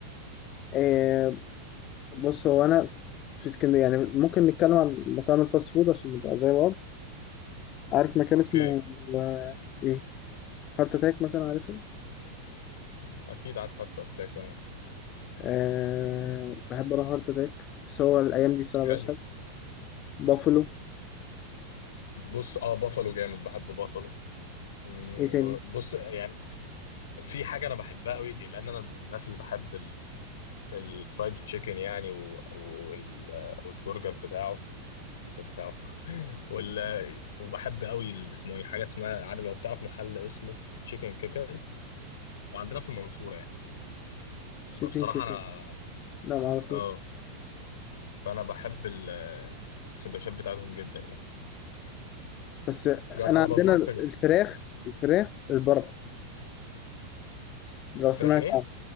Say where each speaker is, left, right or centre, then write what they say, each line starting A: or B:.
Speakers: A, on the left; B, on the left.
A: آه بص هو انا في اسكندريه يعني ممكن نتكلم عن مطاعم الفاست فود عشان نبقى زي بعض عارف مكان
B: اوكي
A: اسمه آه ايه هارت اتاك مثلا عارفه
B: اكيد عارف هارت اتاك اه
A: آه بحب اروح هارت اتاك بس هو الايام دي الصراحه
B: حلو
A: مبقاش حلو بافلو
B: بص اه بافالو جامد بحب بافالو مم،
A: ايه تاني
B: بص يعني في حاجه انا بحبها قوي ليه لان انا من الناس اللي بحب ال- الفرايد تشيكن يعني و- وال- والبرجر بتاعه الراجل بتاعه <laughs> ولا وبحب قوي ال- اسمه ايه حاجه اسمها عارف لو تعرف محل اسمه تشيكن كيكرز وعندنا في المنصوره يعني
A: شيكن
B: فبصراحه
A: كيكرز
B: انا
A: لا معرفوش
B: اه فانا بحب ال- السندوتشات بتاعتهم جدا يعني
A: بس
B: جار
A: انا
B: انا
A: عندنا
B: بنصحك تجرب
A: الفراخ الفراخ البركه لو
B: الفراخ
A: سمعت
B: ايه
A: عنها.